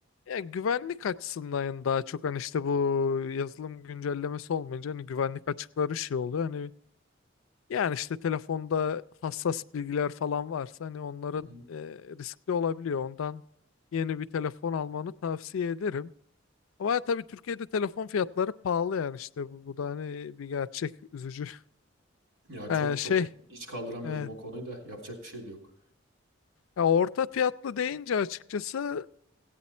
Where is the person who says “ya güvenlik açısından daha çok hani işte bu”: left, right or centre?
Left